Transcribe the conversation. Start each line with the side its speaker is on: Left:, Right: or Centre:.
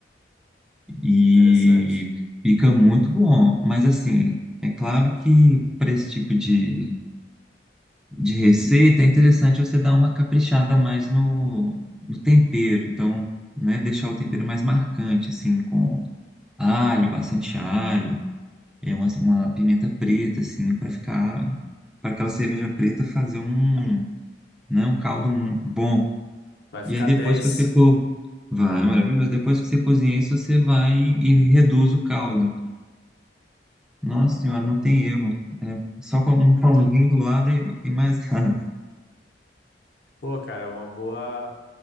Centre: e
Left: Interessante.
Centre: fica muito bom. Mas assim, é claro que para esse tipo de, de receita é interessante você dar uma caprichada mais no, no tempero. Então, né, deixar o tempero mais marcante, assim, com alho, bastante alho, é uma, uma pimenta preta, assim, para ficar, para aquela cerveja preta fazer um, né, um caldo bom.
Left: Vai ficar
Centre: E aí depois
Left: 10.
Centre: que você co... Vai, maravilhoso. Depois que você cozinha isso, você vai e reduz o caldo. Nossa senhora, não tem erro. É só com um pauzinho do lado e, e mais <laughs> nada.
Left: Pô, cara, é uma boa.